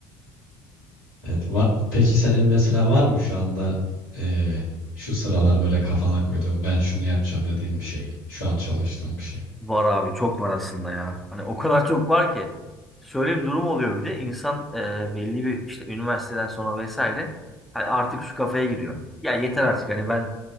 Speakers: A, on the left; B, in the centre.
A: Evet. va- Peki senin mesela var mı şu anda eee, şu sıralar böyle kafana koyduğum ben şunu yapacağım dediğin bir şey. Şu an çalıştığım bir şey.
B: Var abi çok var aslında ya. Hani o kadar çok var ki. Şöyle bir durum oluyor bir de insan e, belli bir işte üniversiteden sonra vesaire hani artık şu kafaya giriyor. Ya yeter artık hani ben